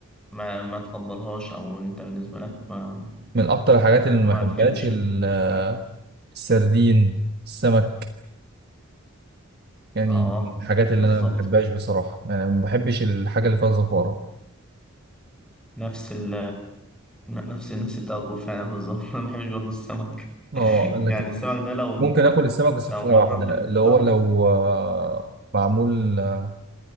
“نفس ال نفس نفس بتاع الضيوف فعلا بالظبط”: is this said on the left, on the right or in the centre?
Centre